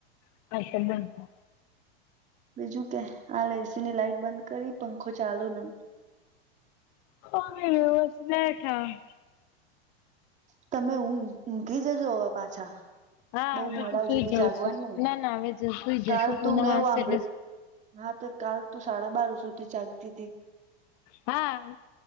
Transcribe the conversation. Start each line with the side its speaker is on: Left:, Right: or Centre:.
Left: <inaudible>
Right: બીજું કે હાલ એસી ની લાઈટ બંધ કરી પંખો ચાલુ <inaudible>
Left: <inaudible>
Right: તમે ઊંઘી જજો હવે પાછા
Left: હા
Right: બઉ
Left: આજે
Right: મોડા
Left: તો સુઈ
Right: સુધી
Left: જવું
Right: જાગવાનું
Left: છે ના ના હવે જો સુઈ જશે
Right: કાલ
Left: પૂનમ
Right: તું મેવું
Left: આવશે એટલે
Right: <inaudible> હા તો કાલ તું સાડા બાર સુધી જાગતી તી.
Left: હા